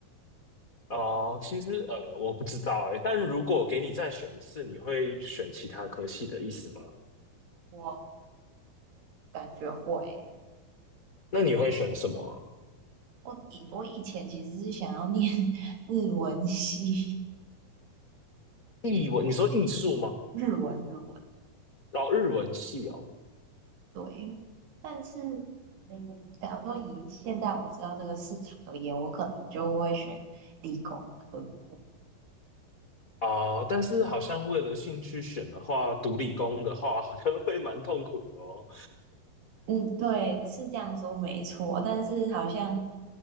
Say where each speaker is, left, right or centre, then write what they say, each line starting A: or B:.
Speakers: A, on the left; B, on the right.
A: 哦，其实呃，我不知道哎，但如果给你再选一次，你会选其他科系的意思吗？
B: <laughs> 我感觉会，
A: 那你会选什么啊？
B: 我以我以前其实是想要念 <laughs> 日文系，
A: 艺文，你说艺术吗？
B: <laughs> 日文日文。
A: 哦，日文系哦，
B: 对，但是，嗯，假如说以现在我知道这个市场而言，我可能就会选理工科。
A: 啊、但是好像为了兴趣选的话，读理工的话，好像会蛮痛苦的哦。
B: 嗯，对，是这样说没错，但是好像